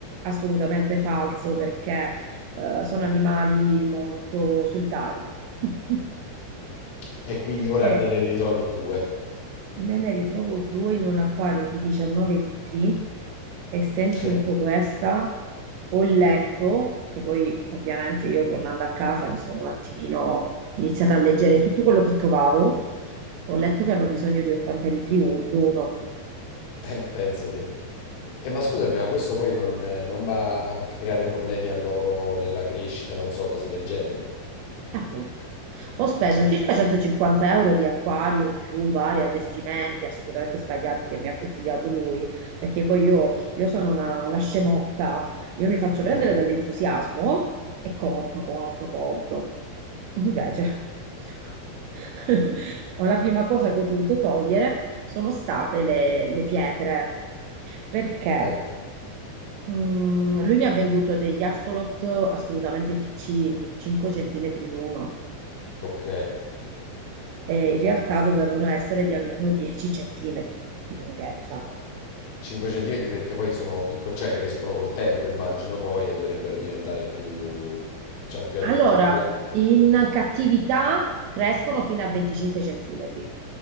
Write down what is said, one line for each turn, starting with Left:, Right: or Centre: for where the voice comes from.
Right: Assolutamente falso perché eh, sono animali molto solitari. <laughs>
Left: E quindi ora
Right: E
Left: te ne ritrovi due.
Right: Me ne ritrovo due in un acquario di 19 litri e senti
Left: <laughs>
Right: un po' questa. Ho letto, perché poi ovviamente io tornando a casa mi sono un attimino iniziata a leggere tutto quello che trovavo. Ho letto che hanno bisogno di 80 litri uno.
Left: Eh, pensate. Eh, ma scusami, ma questo poi non, eh, non va a creare problemi a loro nella crescita, non so, cose del genere.
Right: Appunto, ho speso
Left: Ecco.
Right: circa 150 euro di acquario più vari allestimenti assolutamente sbagliati che mi ha consigliato lui, perché poi io, io sono una, una scemotta, io mi faccio prendere
Left: <laughs>
Right: dall'entusiasmo e compro, compro, compro. Invece, <laughs> la prima cosa che ho dovuto togliere sono state le, le pietre, perché
Left: Ecco,
Right: mm, lui mi ha venduto degli axolot assolutamente piccini, 5 centimetri l'uno.
Left: ok.
Right: e in realtà dovevano essere di almeno 10 centimetri di lunghezza.
Left: Ma 5 centimetri perché poi sono piccoli, cioè crescono col tempo, immagino poi, e dovrebbero diventare più, diciamo, più
Right: Allora,
Left: adulti, più grandi.
Right: in cattività crescono fino a 25 centimetri,